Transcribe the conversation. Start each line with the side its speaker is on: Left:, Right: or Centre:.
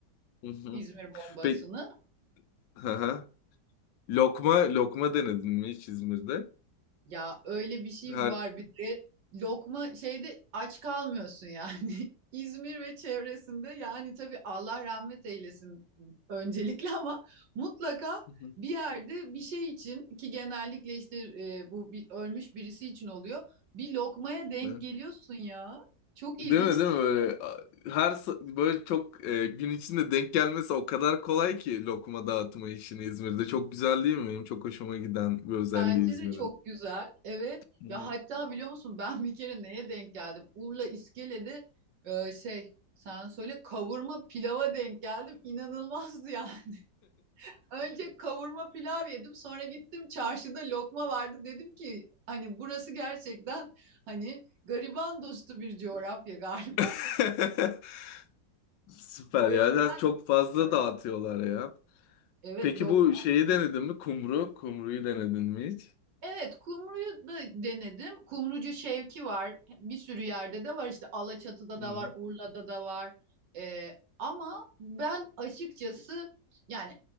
Left: Hı hı.
Right: İzmir bombasını.
Left: Peki Hı hı. Lokma, lokma denedin mi hiç İzmir'de?
Right: Ya öyle bir şey
Left: Her
Right: var bir de lokma şeyde aç kalmıyorsun yani. <laughs> İzmir ve çevresinde yani tabii Allah rahmet eylesin öncelikle ama mutlaka
Left: Hı hı.
Right: bir yerde bir şey için ki genellikle işte e, bu bir, ölmüş birisi için oluyor. Bir lokmaya denk
Left: Hı.
Right: geliyorsun ya. Çok ilginç
Left: Değil mi değil mi
Right: değil
Left: böyle a- her sa- böyle çok e, gün içinde denk gelmesi o kadar kolay ki lokma dağıtma işini İzmir'de çok güzel değil mi? Benim çok hoşuma giden bir özelliği
Right: Bence
Left: İzmir'in.
Right: de çok güzel. Evet.
Left: Hı hı.
Right: Ya hatta biliyor musun ben bir kere neye denk geldim? Urla İskele'de e, şey sen söyle kavurma pilava denk geldim. İnanılmazdı yani. <laughs> Önce kavurma pilav yedim. Sonra gittim çarşıda lokma vardı. Dedim ki hani burası gerçekten hani gariban dostu bir coğrafya galiba.
Left: <laughs> Süper
Right: O
Left: ya
Right: yönden
Left: Ya çok fazla
Right: evet.
Left: dağıtıyorlar ya.
Right: Evet
Left: Peki
Right: lokma.
Left: bu şeyi denedin mi? Kumru, kumruyu denedin mi hiç?
Right: Evet, kumruyu da denedim. Kumrucu Şevki var. Bir sürü yerde de var. İşte Alaçatı'da
Left: Hı.
Right: da var, Urla'da da var. Ee, ama ben açıkçası yani